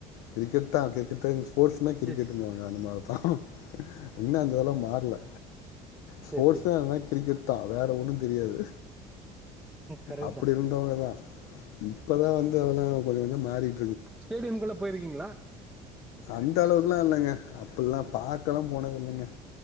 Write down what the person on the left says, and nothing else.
கிரிக்கெட் தா கிரிக்கெட்தாங் எங்ளுக் ஸ்போர்ட்ஸ்னா கிரிக்கெடுனுவாங்க
அந்த மாரி ஆ <inaudible> இன்னு அந்த இதுலா மாறல ஸ்போர்ட்ஸ்னா
என்ன கிரிக்கெட் தா வேற ஒன்னு தெரியாது
அப்டி
இருந்தவங்கதா ம் இப்பதா வந்து அதெல்லா கொஞ்சோ கொஞ்சோ மாறிட்ருக்கு
அந்த அளவுக்குல்லா இல்லங்க அப்புல்லா பாக்கல்லா போனது இல்லங்க